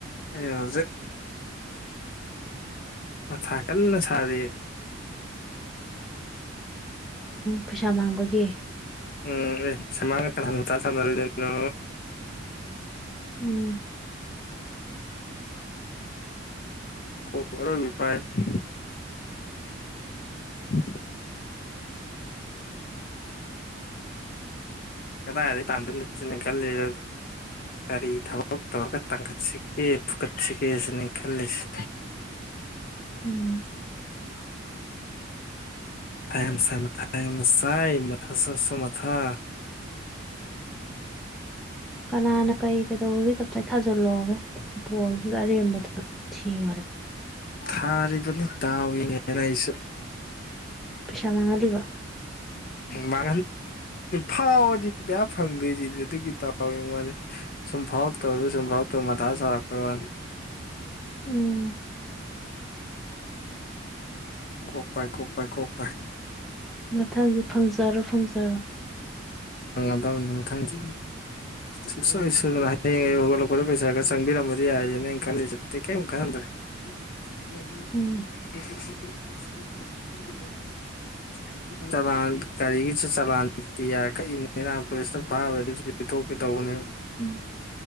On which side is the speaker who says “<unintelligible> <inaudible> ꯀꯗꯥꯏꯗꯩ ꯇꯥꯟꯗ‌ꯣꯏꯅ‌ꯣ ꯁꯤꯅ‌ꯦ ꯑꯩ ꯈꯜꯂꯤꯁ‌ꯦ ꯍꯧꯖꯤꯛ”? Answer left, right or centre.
Left